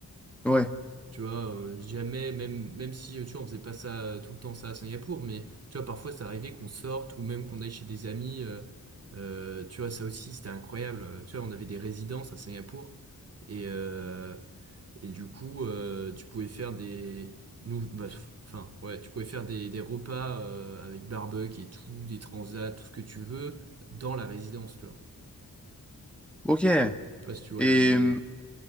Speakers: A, in the centre; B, on the right.
A: Ouais.
B: tu vois, euh, jamais, même, même si, euh, tu vois, on faisait pas ça euh, tout le temps, ça à Singapour, mais tu vois, parfois, ça arrivait qu'on sorte ou même qu'on aille chez des amis. euh, euh, tu vois, ça aussi, c'était incroyable. Euh, Tu vois, on avait des résidences à Singapour et, euh, et du coup, euh, tu pouvais faire des, nous, bah, f- enfin, ouais, tu pouvais faire des, des repas euh, avec barbecue et tout, des transats, tout ce que tu veux, dans la résidence, tu vois.
A: Ok. Et
B: Je sais pas si tu vois le délire.
A: euh,